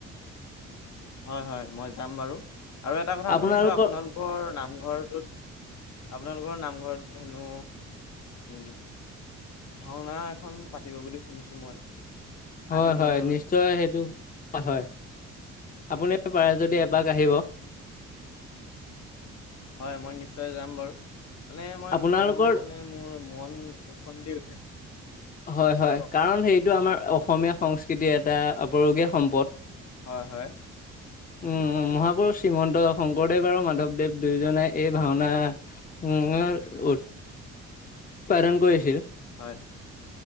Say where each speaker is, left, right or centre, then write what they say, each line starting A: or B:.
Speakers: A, on the left; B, on the left.
A: হয়-হয়, মই যাম বাৰু। আৰু এটা কথা
B: আপোনালোকৰ
A: শুনিছোঁ আপোনালোকৰ নামঘৰটোত আপোনালোকৰ নামঘৰত হেনো উম, ভাওনা এখন পাতিব বুলি শুনিছোঁ মই।
B: হয়-হয়,
A: আহিন মানলৈ
B: নিশ্চয় সেইটো হয় আপুনি পাৰে যদি এপাক আহিব।
A: হয় মই নিশ্চয় যাম বাৰু। মানে মই
B: আপোনালোকৰ
A: ভাওনা বুলি ক'লে মোৰ মন উফন্দি উঠে।
B: হয়-হয়,
A: হয় কওক
B: কাৰণ সেইটো আমাৰ অসমীয়া সংস্কৃতিৰ এটা আপুৰুগীয়া সম্পদ।
A: হয়-হয়।
B: উম, মহাপুৰুষ শ্ৰীমন্ত শংকৰদেৱ আৰু মাধৱদেৱ দুয়োজনে এই ভাওনা উম উৎপাদন কৰিছিল।
A: হয়।